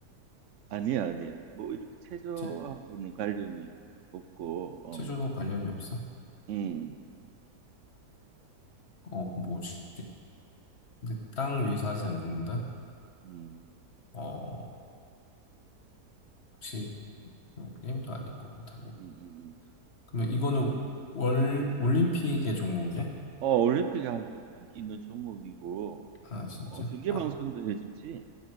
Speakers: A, on the right; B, on the left.
A: 아니야, 아니야. 뭐 이렇게 체조하고는
B: 체,
A: 관련이 없고, 어,
B: 체조도 관련이 없어?
A: 음,
B: 어, 그럼 뭐지? 근데 땅
A: 음,
B: 위에서 하지 않는다?
A: 음,
B: 어, 혹시 뭐 게임도 아닐 거고, 당연히.
A: 음, 음.
B: 그러면 이거는 월, 올림픽의 종목이야?
A: 어, 올림픽이 아주 인기 있는 종목이고,
B: 아, 진짜?
A: 어, 중계
B: 아,
A: 방송도 해주지.